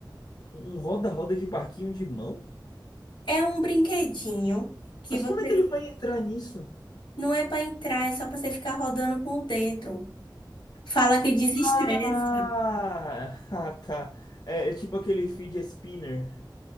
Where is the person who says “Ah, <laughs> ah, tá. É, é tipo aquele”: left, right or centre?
Left